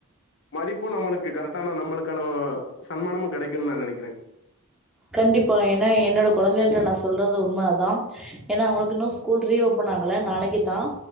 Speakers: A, on the left; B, in the centre.
A: மதிப்பு நம்ளுக்கு கரெக்டான நம்ளுக்கான அ சன்மானமு கெடக்குன்னு நா நெனக்கறேங்க
B: கண்டிப்பா ஏன்னா என்னோட கொழந்தைகள்ட நா சொல்றது உண்ம அதா, ஏனா உனக்கு இன்னு ஸ்கூல் ரீ ஓபன் ஆகல நாளைக்குதா